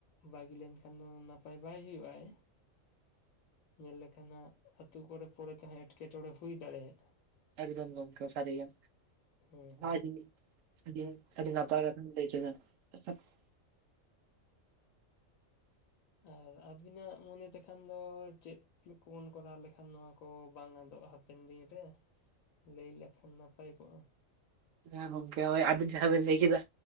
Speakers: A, on the left; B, on the right.
A: ᱵᱟᱹᱜᱤ ᱞᱮᱱᱠᱷᱟᱱ ᱟᱢᱫᱚᱢ ᱱᱟᱯᱟᱭ ᱵᱟᱭ ᱦᱩᱭᱩᱜᱼᱟᱭ, ᱧᱮᱞ ᱞᱮᱠᱷᱟᱱ ᱦᱟᱸᱜ, ᱟᱹᱛᱩ ᱠᱚᱨᱮ ᱯᱚᱨᱮ ᱛᱮᱦᱚᱸ ᱮᱴᱠᱮᱴᱚᱬᱮ ᱦᱩᱭ ᱫᱟᱲᱮᱭᱟᱜᱼᱟ᱾
B: ᱮᱠᱫᱚᱢ ᱜᱚᱢᱠᱮ ᱥᱟᱨᱤᱭᱟ
A: ᱦᱮᱸ
B: <unintelligible>
A: ᱦᱮᱸ
B: ᱟᱹᱰᱤ ᱟᱹᱰᱤ
A: ᱦᱮᱸ
B: ᱱᱟᱯᱟᱭ ᱞᱟᱭᱠᱮᱫᱟ <unintelligible>
A: ᱟᱨ ᱟᱵᱤᱱᱟᱜ ᱢᱚᱱᱮ ᱛᱮᱠᱷᱟᱱ ᱫᱚ ᱪᱮᱫ, ᱪᱮᱫ ᱠᱚᱵᱚᱱ ᱠᱚᱨᱟᱣ ᱞᱮᱠᱷᱟᱱ ᱱᱚᱣᱟ ᱠᱚ ᱵᱟᱝ ᱟᱫᱚᱜᱼᱟ ᱦᱟᱯᱮᱱ ᱫᱤᱱ ᱨᱮ, ᱞᱟᱹᱭ ᱞᱮᱠᱷᱟᱱ ᱱᱟᱯᱟᱭ ᱠᱚᱜᱼᱟ?
B: ᱦᱮᱸ ᱜᱚᱝᱠᱮ ᱱᱚᱜᱚᱭ ᱟᱵᱤᱱ ᱡᱟᱦᱟᱸ ᱵᱤᱱ ᱞᱟᱹᱭ ᱠᱮᱫᱟ